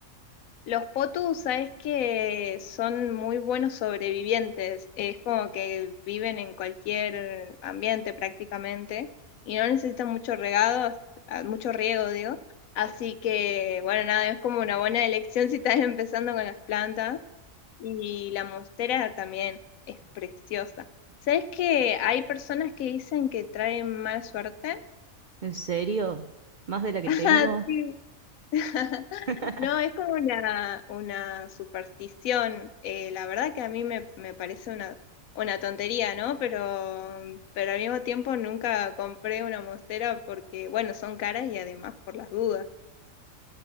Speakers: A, on the left (about 80°); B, on the right (about 70°).
A: los potus, sabes que son muy buenos sobrevivientes. Es como que viven en cualquier ambiente prácticamente y no necesitan mucho regado, as- ah, mucho riego, digo. Así que, bueno, nada, es como una buena elección si estás <laughs> empezando con las plantas. Y la monstera también es preciosa. ¿Sabes que hay personas que dicen que traen mala suerte?
B: ¿En serio? ¿Más de la que
A: Ajá,
B: tengo?
A: sí. <laughs>
B: <laughs>
A: No, es como una, una superstición. Eh, la verdad que a mí me, me parece una, una tontería, ¿no? Pero, pero al mismo tiempo nunca compré una monstera porque, bueno, son caras y además por las dudas.